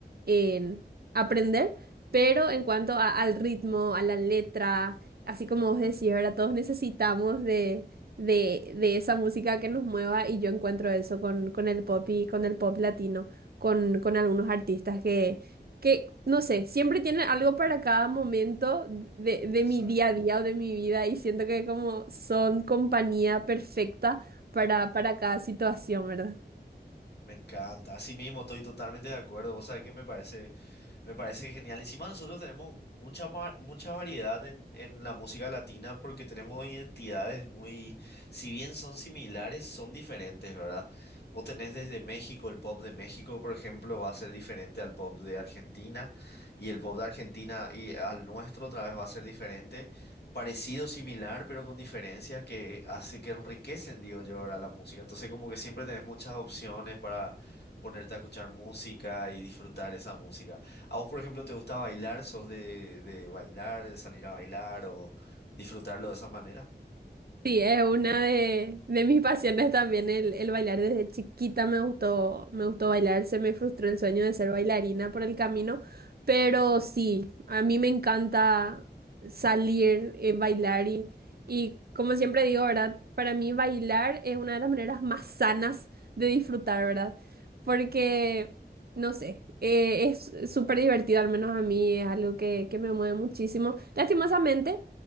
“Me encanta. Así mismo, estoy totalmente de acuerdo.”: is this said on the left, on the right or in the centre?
Left